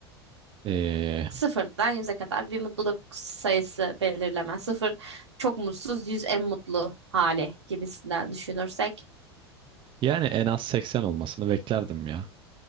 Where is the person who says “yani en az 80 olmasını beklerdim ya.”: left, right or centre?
Right